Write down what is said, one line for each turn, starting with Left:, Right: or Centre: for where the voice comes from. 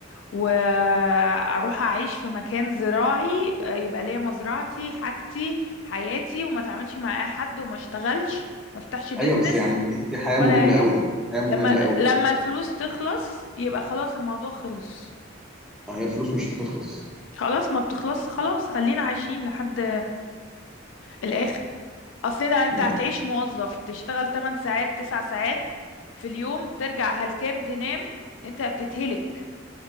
Left: واروح اعيش في مكان زراعي آه، يبقى ليا مزرعتي حاجتي حياتي وما اتعاملش مع اي حد وما اشتغلش ما افتحش بيزنس
Centre: ايوه بس يعني دي, دي حياه
Left: ولا
Centre: ممله
Left: اي حاجة
Centre: قوي حياه ممله
Left: لما
Centre: قوي
Left: لما الفلوس تخلص يبقى خلاص الموضوع خلص
Centre: هي الفلوس مش هتخلص
Left: خلاص ما بتخلص خلاص خلينا عايشين لحد الآخر أصلنا أنت
Centre: مم.
Left: هتعيش موظف تشتغل 8 ساعات 9 ساعات في اليوم ترجع هلكان تنام أنت بتتهلك